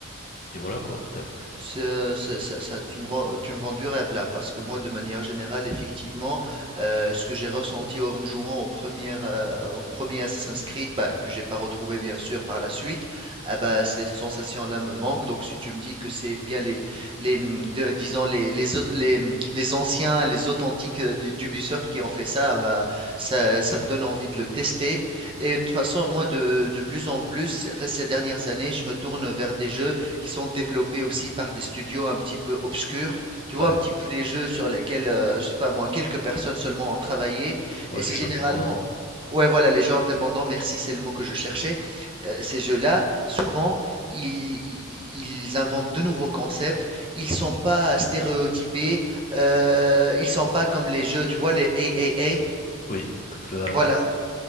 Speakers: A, on the left; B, on the right.
A: et voilà quoi.
B: Oh.
A: T'as-
B: Ce- ce- ça- ça- tu me, rends- tu me vends du rêve là, parce que moi, de manière générale, effectivement, euh, ce que j'ai ressenti en jouant au premier, euh, au premier Assassin's Creed, bah, que j'ai pas retrouvé bien sûr par la suite, ah bah, ces sensations-là me manquent. Donc, si tu me dis que c'est bien les, les hum, de- disons les, les, au- les, hum, les anciens, les authentiques euh, d'U- d'Ubisoft qui ont fait ça, ah bah, ça, ça me donne envie de le tester. Et de toute façon, moi, de, de plus en plus, ces dernières années, je me tourne vers des jeux qui sont développés aussi par des studios un petit peu obscurs. Tu
A: Ouais,
B: vois, un petit peu les jeux sur lesquels, euh, je sais pas moi, quelques personnes seulement ont travaillé.
A: ouais,
B: Et c'est
A: les jeux
B: généralement...
A: indépendants.
B: Ouais, voilà, les jeux indépendants, merci, c'est le mot que je cherchais. Euh, ces jeux-là, souvent, ils, ils inventent de nouveaux concepts. Ils sont pas stéréotypés. euh, ils sont pas comme les jeux, tu vois, les triple a
A: Oui, triple A,
B: Voilà.
A: ouais, c'est.